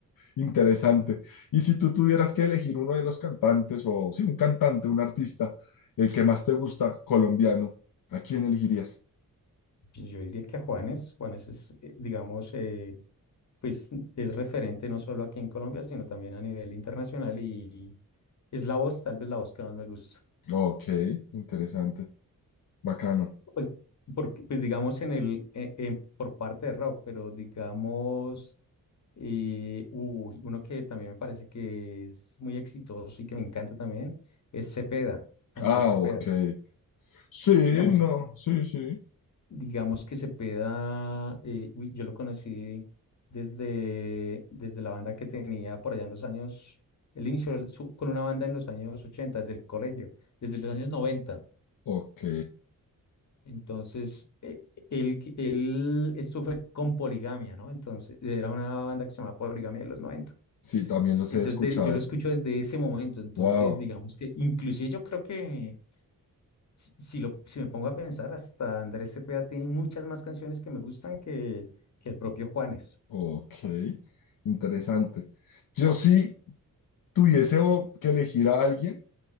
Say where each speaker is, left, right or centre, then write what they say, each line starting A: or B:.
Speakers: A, on the left; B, on the left.
A: interesante. Y si tú tuvieras que elegir uno de los cantantes, o sí, un cantante, un artista, el que más te gusta, colombiano, ¿a quién elegirías?
B: Pues Yo diría que a Juanes, Juanes es, eh, digamos, eh, pues es referente no solo aquí en Colombia, sino también a nivel internacional y, es la voz, tal vez la voz que más me gusta.
A: Ok, interesante, bacano.
B: Pues, porque, pues digamos, en el, eh, eh, por parte de rock, pero digamos, eh, uy, uno que también me parece que es muy exitoso y que me encanta también, es Cepeda, Andrés
A: Ah,
B: Cepeda.
A: ok. Sí,
B: Digamos,
A: no, sí, sí.
B: digamos que se pueda, eh, uy, yo lo conocí desde, desde la banda que tenía por allá en los años, él inició el- su- con una banda en los años 80 desde el colegio, desde los años noventa
A: Ok.
B: Entonces, eh, él, que- él, esto fue con Poligamia, ¿no? Entonces, era una banda que se llamaba Poligamia de los noventa
A: Sí, también los
B: Entonces,
A: he escuchado.
B: de- yo lo escucho desde ese momento. Entonces,
A: Wow,
B: digamos que, inclusive yo creo que si, si lo, si me pongo a pensar, hasta Andrés Cepeda tiene muchas más canciones que me gustan que, que el propio Juanes.
A: ok. Interesante. Yo sí tuviese o- que elegir a alguien.